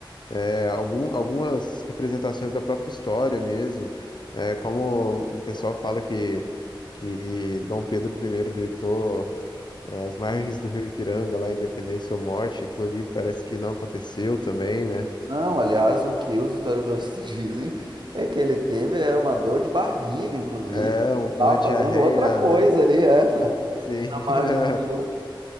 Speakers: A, on the left; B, on the right.
A: É, algum, algumas representações da própria história mesmo, é, como o pessoal fala que, que Dom Pedro I gritou. As margens do Rio Ipiranga, lá, Independência ou Morte, aquilo ali parece que não aconteceu também, né?
B: Não, aliás, o que os historiadores <laughs> dizem é que ele teve era uma dor de barriga, inclusive.
A: É
B: Ele
A: um- uma
B: Tava
A: diarreia,
B: fazendo outra coisa
A: né?
B: ali, é, <laughs>
A: Sim,
B: na
A: <laughs>
B: margem do rio.